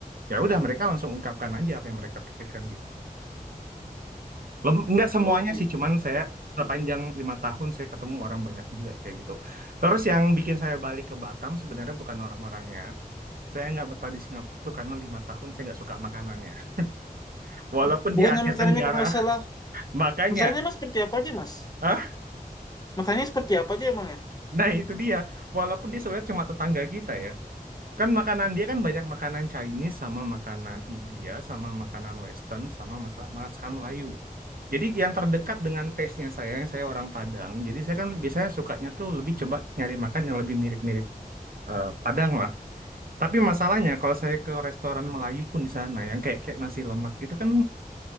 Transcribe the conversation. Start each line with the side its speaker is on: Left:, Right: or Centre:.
Right: ya udah mereka langsung ungkapkan aja apa yang mereka pikirkan gitu Lem, enggak semuanya
Left: Oh gitu.
Right: sih cuman saya sepanjang lima tahun saya ketemu orang banyak juga kayak gitu terus yang bikin saya balik ke Batam sebenarnya bukan orang-orangnya saya nggak betah di Singapura tuh karena lima tahun saya nggak suka makanannya <laughs> walaupun
Left: Hah? Bukannya
Right: dia Asia
Left: makanannya
Right: Tenggara
Left: kalau nggak
Right: <laughs>
Left: salah,
Right: Makanya
Left: makanannya mas seperti apa aja mas?
Right: Hah?
Left: Makannya seperti apa aja emang ya?
Right: Nah itu dia. Walaupun dia sebenarnya cuma tetangga kita ya. Kan makanan dia kan banyak makanan Chinese sama makanan India sama makanan Western sama masa- masakan Melayu. Jadi yang terdekat dengan taste-nya saya, yang saya orang Padang. Jadi saya kan biasanya sukanya tuh lebih coba nyari makan yang lebih mirip-mirip eh, Padang lah. Tapi masalahnya kalau saya ke restoran Melayu pun di sana yang kayak kayak nasi lemak gitu kan